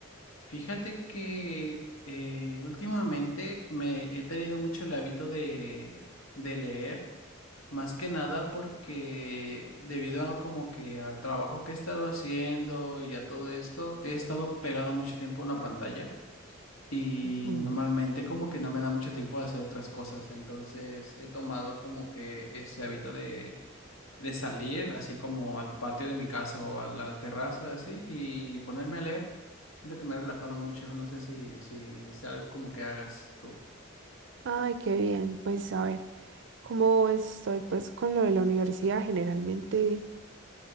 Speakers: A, on the left; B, on the right.
A: Fíjate que eh, últimamente me he tenido mucho el hábito de, de leer, más que nada porque debido a como que al trabajo que he estado haciendo y a todo esto, he estado pegado mucho tiempo a una pantalla. Y
B: Ujú.
A: normalmente como que no me da mucho tiempo de hacer otras cosas, entonces he tomado como que ese hábito de de salir así como al patio de mi casa o a la terraza así y ponerme a leer. Siento que me ha relajado mucho, no sé si, si es algo como que hagas tú.
B: Ay, qué bien. Pues a ver, como estoy pues con lo de la universidad, generalmente